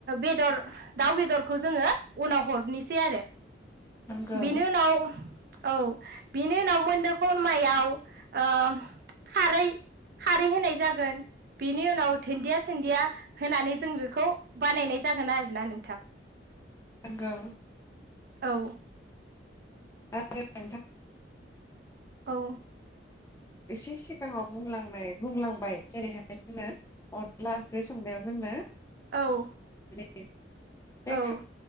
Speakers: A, on the right; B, on the left.
A: बेदर दाउ बेदरखौ जोङो उनाव हरनोसै आरो
B: नंगौ
A: बिनि उनाव औ बिनि उनाव मोन खमायाव ओ खारै खारै होनाय जागोन बेनि उनाव दुन्दिया सुन्दिया होनानै जों बेखौ बानायनाय जागोन आरोना नोंथां
B: नंगौ
A: औ
B: <inaudible>
A: औ
B: एसे सिगाङाव बुंलांनाय बुंलांबाय जेरैहाय जोंङो अनला ओंख्रि संनायाव जोंनो
A: औ
B: <inaudible>
A: औ